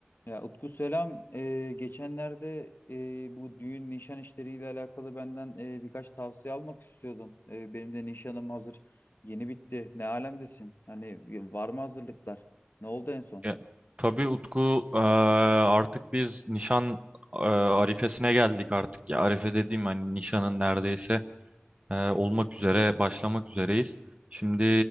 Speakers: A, on the left; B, on the right.
A: Ya Utku selam. Ee, geçenlerde e, bu düğün nişan işleriyle alakalı benden e, birkaç tavsiye almak istiyordun. Ee, benim de nişanım hazır. Yeni bitti. Ne alemdesin? Hani var mı hazırlıklar? Ne oldu en son?
B: Ya, tabii Utku eee, artık biz nişan eee, arifesine geldik artık ya. Arife dediğim hani nişanın neredeyse e, olmak üzere başlamak üzereyiz. Şimdi